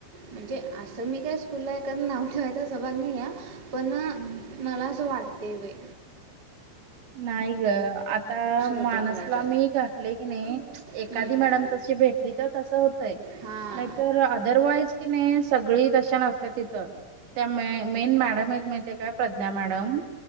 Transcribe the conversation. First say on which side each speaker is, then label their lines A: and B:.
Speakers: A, on the right; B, on the right.
A: म्हणजे असं मी काय स्कूलला एखाद्या नाव ठेवायचा असाभाग नाहीं हाय. पण
B: हम्म
A: मला असं वाटत. ते व्हय.
B: नाही ग आता माणसला
A: जाते मुलांच्या
B: मी घातले की नाही एखादी
A: हम्म
B: मॅडम तशी भेटली तर तसं होतय
A: हां.
B: नाहीतर आदरवाईज कि नाही सगळी तशी नसतात तिथं. त्या म मेन मॅडम आहेत म्हणजे काय प्रज्ञा मॅडम